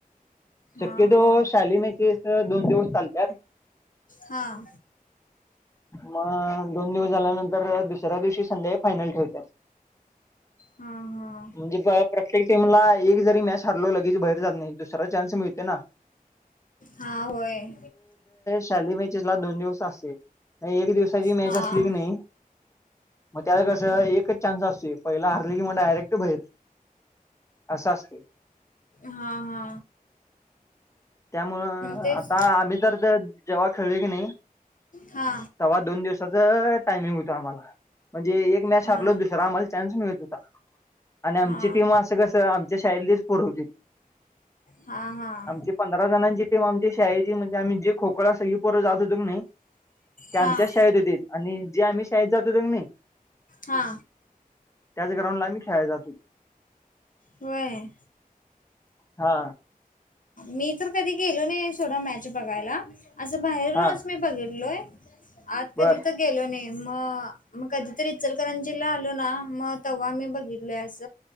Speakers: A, on the left; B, on the left.
A: हा
B: शक्यतोवर
A: हा
B: शालीमैकी तरं दोन दिवसं चांलत्यांत
A: हां
B: मंग दोन दिवसं झाल्यांनंतर दुसऱ्यां दिवशी संध्या फायनलं ठेवत्यांत
A: हां हां
B: म्हणजे प्रत्येक टीमलां एक जरी मॅच हरलो लगेचं बाहेर जातं नाहीं दुसरां चांन्स मिळतें नां
A: हां होयं
B: शाली मॅचे लां दोन दिवसं असे एक दिवसांची मॅच
A: हा
B: असली की नाहीं मंग त्यांला कसं एकचं चांन्स असतें पहिलां हरली की मंग डायरेक्टं बाहेर असं असत.
A: हा हा.
B: त्यामुळं
A: तेच
B: आता आम्ही तर ते जेव्हा खेळलोय की नाही.
A: हा
B: तेव्हा दोन दिवसाच टायमिंग होतं. आम्हाला, म्हणजे एक मॅच
A: हा
B: हरलो दुसरा आम्हाला चान्स मिळत होता. आणि आमची
A: हा
B: टीम असं कस आमच्या शाळेतलीच पोर होतीत.
A: हा हा
B: आमची पंधरा जणाची टीम आमची शाळेची म्हणजे आम्ही जी खो-खो ला सगळी पोर जात होतो की नाही. ते आमच्याच
A: हा
B: शाळेत होतीत आणि जे आम्ही शाळेत जात होत की नाही.
A: हा.
B: त्याच ग्रांऊडला आम्हि खेळायला जात होतो.
A: व्हय.
B: हा.
A: मी तर कधी गेलो नाही सोडा मॅच बघायला. असं बाहेरूनच
B: हा
A: मी बघितलोय. आत कधी
B: बर
A: तर गेलो नाही. मग मग कधीतरी इचलकरंजीला आलो ना मग तेव्हा मी बघित लोय. अस